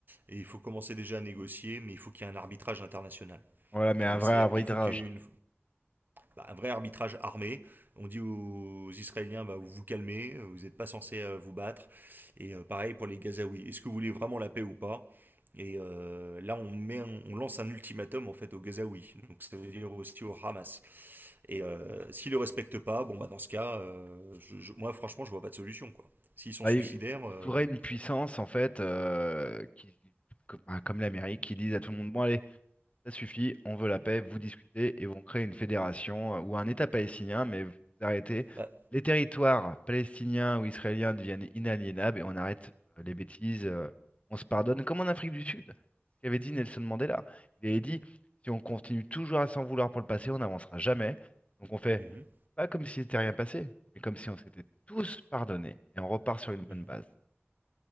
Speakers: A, on the right; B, on the left.
A: et il faut commencer déjà à négocier, mais il faut qu'il y ait un arbitrage international.
B: Voilà, mais un
A: Euh,
B: vrai
A: C'est-à-dire
B: arbitrage.
A: qu'il faut qu'il y ait une, bah, un vrai arbitrage armé. On dit aux Israéliens, bah, vous vous calmez, vous n'êtes pas censés euh, vous battre. Et euh, pareil pour les Gazaouis. Est-ce que vous voulez vraiment la paix ou pas Et euh, là, on, met un- on lance un ultimatum en fait aux Gazaouis. Donc ça veut dire aussi au Hamas. Et euh, s'ils ne le respectent pas, bon bah dans ce cas, euh, je- je- moi franchement, je vois pas de solution quoi. S'ils sont
B: Bah,
A: suicidaires,
B: il, il
A: euh,
B: faudrait une puissance, en fait, euh, qui, comme, bah, comme l'Amérique, qui dise à tout le monde, bon, allez, Ça suffit, on veut la paix, vous discutez et vont créer une fédération euh, ou un État palestinien, mais vous arrêtez.
A: bah.
B: Les territoires palestiniens ou israéliens deviennent inaliénables et on arrête euh, les bêtises, euh, on se pardonne, comme en Afrique du Sud, qu'avait dit Nelson Mandela. Il avait dit, si on continue toujours à s'en vouloir pour le passé, on n'avancera jamais. Donc on fait
A: mhm,
B: pas comme s'il n'était rien passé, mais comme si on s'était tous pardonnés et on repart sur une bonne
A: mhm.
B: base.